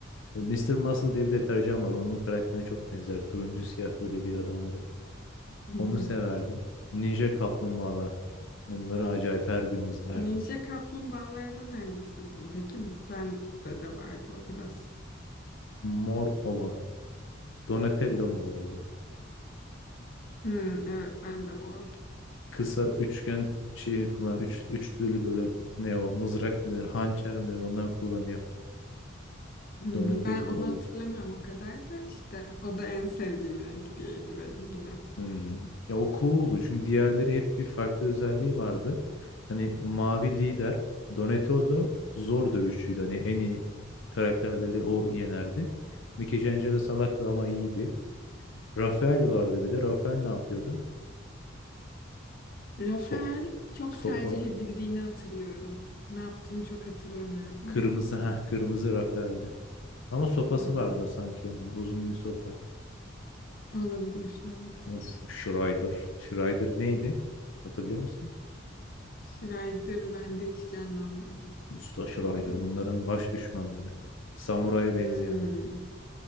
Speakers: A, on the left (about 75°); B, on the left (about 50°).
A: E, Mister Muscle diye bir deterjan var. Onun karakterine çok benzer. Turuncu siyah böyle bir adamdı.
B: Hı
A: Onu
B: hı.
A: severdim. Ninja Kaplumbağalar. Onları acayip her gün izlerdim.
B: Ninja kaplumbağalardan hangisiydin? Peki biz ben de de vardı o biraz.
A: Mor olan. Donatello mu oluyordu?
B: Hmm, evet ben de mor
A: kısa üçgen şeyi kullan üç, üçlülü böyle ne o mızrak mı der hançer mi der ondan kullanıyor.
B: Hmm,
A: Donatello
B: ben onu
A: oldu.
B: hatırlamıyorum o kadar da işte o da en sevdiğim renk diyeydi benim yine.
A: Hmm. Ya o cool'du çünkü diğerleri hep bir farklı özelliği vardı. Hani mavi lider Donatello zor dövüşçüydü. Hani en iyi karakterleri o yenerdi. Michelangelo salaktı ama iyiydi. Rafael vardı bir de. Rafael ne yapıyordu?
B: Rafael
A: Sop
B: çok
A: sopa.
B: tercih edildiğini hatırlıyorum. Ne yaptığını çok hatırlamıyorum
A: Kırmızı
B: ama.
A: ha kırmızı Rafael'di. Ama sopası
B: Hı hı.
A: vardı sanki onun. Uzun bir sopa.
B: Olabilir, evet.
A: Of Schrider. Schrider neydi? Hatırlıyor musun?
B: Schrider bende hiç canlanmadı
A: Usta Schrider
B: şu an.
A: bunların baş düşmanları. Samuraya
B: Hmm,
A: benzeyen.